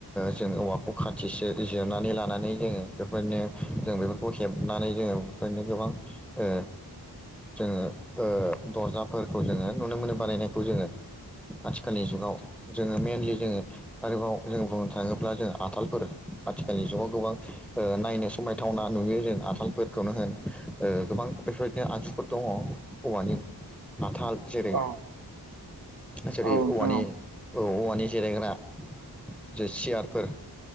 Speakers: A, in the centre; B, on the right (about 55°).
A: जों औवाखौ खाथि जिरनानै लानानै जोङो बेफोरबायदिनो जों बेफोरखौ हेबनानै जोङो बेफोरबायदिनो गोबां ओ जोङो ओ दरजाफोरखौ जोङो नुनो मोनो बानायनायखौ जोङो। आथिखालनि जुगाव जोङो मेनलि जोङो आरोबाव जों बुंनो थाङोब्ला जों आथालफोर आथिखालनि जुगाव गोबां नायनो समायथावना नुयो जों आथालफोरखौनो हो ओ गोबां बेफोरबायदिनो आनजुफोर दङ औवानि आथाल जेरै
B: औ
A: जेरै
B: औ नोंथां
A: औवानि औ औवा नि जिरायग्रा जे सियार फोर